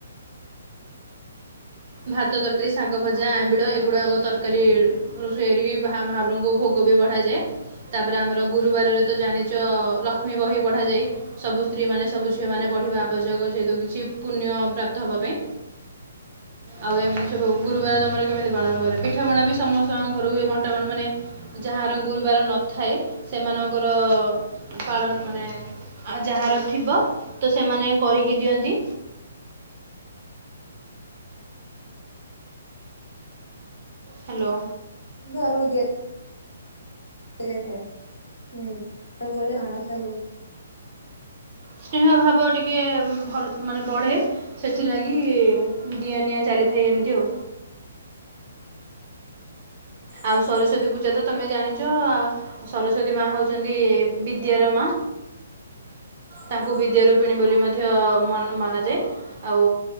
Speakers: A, on the right; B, on the left.
A: ଭାତ ତରକାରୀ ଶାଗ ଭଜା ଆମ୍ବିଳ ଏଗୁଡାକ ତରକାରୀ ଫେରିବି ଭା ମାହାପ୍ରଭୁ ଙ୍କୁ ଭୋ ଗୋ ବି ବଢ଼ାଯାଏ। ତାପରେ ଆମର ଗୁରୁବାରରେ ତ ଜାଣିଛ ଲକ୍ଷ୍ମୀ ବହି ପଢାଯାଏ ସବୁ ସ୍ତ୍ରୀ ମାନେ ସବୁ ଝିଅ ମାନେ ବ ପଢିବା ଆବଶ୍ୟକ ଯେହେତୁ କିଛି ପୁଣ୍ୟ ପ୍ରାପ୍ତ ହବା ପାଇଁ। ଆଉ ଏମିତି ସବୁ ଗୁରୁବାର ତମର କେମିତି ପାଳନ କରେ? ପିଠାପଣା ବି ସମସ୍ତଙ୍କ ଘରକୁ ବଣ୍ଟା ମାନେ ଯାହାର ଗୁରୁବାର ନଥାଏ ସେମାନଙ୍କର ପାଳନ ମାନେ ଆ ଯାହାର ଥିବ ତ ସେମାନେ କରିକି ଦିଅନ୍ତି। ହ୍ୟାଲୋ।
B: ଘରୁକୁ ଦେଇ ଇଥାଏ ହୁଁ ତ କ ମଣବସା ଗୁରୁ
A: ସ୍ନେହ ଭାବ ଟିକେ ଭଲ ମାନେ ବଢେ ସେଥିଲାଗି ଦିଆ ନିଆଁ ଚାଲି ଲିଥାଏ ଏମିତି ଆଉ।
B: ହୁଁ
A: ଆଉ ସରସ୍ଵତୀ ପୂଜା ତ ତମେ ଜାଣିଛ। ସରସ୍ଵତୀ ମା ହଉଛନ୍ତି ବିଦ୍ୟାର ମା।
B: ହୁଁ
A: ତାଙ୍କୁ ବିଦ୍ୟା ରୂପିଣୀ ବୋଲି ମା ଧ୍ୟ ମାନେ ମନାଯାଏ ଆଉ